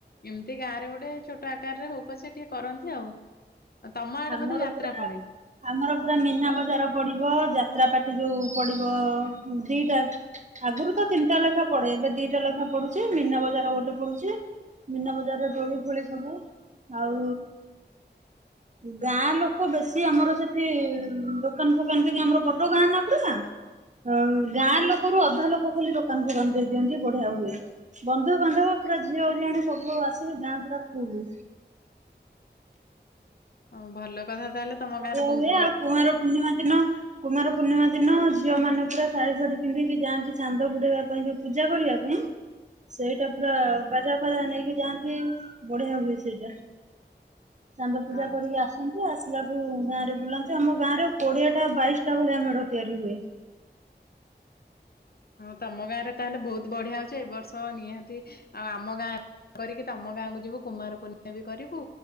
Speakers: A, on the left (about 60°); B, on the right (about 40°).
A: ଏମିତି ଗାଁରେ ଗୋଟେ ଛୋଟ ଆକାରରେ ହୋଉ ପଛେ ଟିକେ କରନ୍ତି ଆଉ। ତମ ଆଡେ
B: ଆମର
A: ବୋଧେ ଯାତ୍ରା
B: ପୁରା
A: ପଡେ
B: ଆମର ପୁରା ମୀନା ବଜାର ପଡିବ ଯାତ୍ରା ପାଟି ଯୋଉ ପଡିବ ଦିଟା ଆଗୁରୁ ତ ତିନିଟା ଲେଖା ପଡେ ଏବେ ଦିଟା ଲେଖା ପଡୁଚି ମୀନାବଜାର ଗୋଟେ ପଡୁଚି ମୀନା ବଜାରରେ ଦୋଳି ଫୋଳି ସବୁ ଆଉ ଉଁ ଗାଁ ଲୋକ ବେଶୀ ଆମର ସେଠି ଦୋକାନ ଫୋକାନ ଦେଇକି ଆମର ବଡ ଗାଁ ନା ପୁରା। ହଁ ଗାଁ ଲୋ ରୁ ଅଧା ଲୋକ ଖାଲି ଦୋକାନ ଫୋକାନ ଦେଇଦିଅନ୍ତି ବଢିଆ ହୁଏ ବନ୍ଧୁ ବାନ୍ଧବ ପୁରା ଝିଅ ଝିଆଣି ସବୁ ଆସିକି ଗାଁ ପୁରା ଫୁଲୁ।
A: ଓ ଭଲ କଥା ତାହେଲେ ତମ ଗାଁରେ
B: ବଢିଆ
A: ବହୁତ
B: ହୁଏ ଆଉ କୁଆଁର ପୂର୍ଣ୍ଣିମା ଦିନ କୁମାର ପୂର୍ଣ୍ଣିମା ଦିନ ଝିଅ ମାନେ ପୁରା ଶାଢୀ ଫାଢୀ ପିନ୍ଧିକି ଯାଆନ୍ତି ଚାନ୍ଦ ବୁଡେଇବା ପାଇଁ ଯୋଉ ପୂଜା କରିଆ ପାଇଁ ସେଇଟା ପୁରା ବାଜା ଫାଜା ନେଇକି ଯାଆନ୍ତି ବଢିଆ ହୁଏ ସେଇଟା। ଚାନ୍ଦ ପୂଜା
A: ଆ
B: କରିକି ଆସନ୍ <unintelligible> ତାକୁ ଗାଁ ରେ ବୁଲାନ୍ତୁ ଆମ ଗାଁ ରେ କୋଡିଏ ଟା ବାଇଶି ଟା ଭଳିଆ ମେଢ ତିଆରି ହୁଏ।
A: ହଁ ତମ ଗାଁରେ ତାହେଲେ ବହୁତ ବଢିଆ ହଉଚି ଏ ବର୍ଷ ନିହାତି ଆଉ ଆମ ଗାଁ କରିକି ତମ ଗାଁକୁ ଯିବୁ କୁମାର ପୂର୍ଣିମା ବି କରିବୁ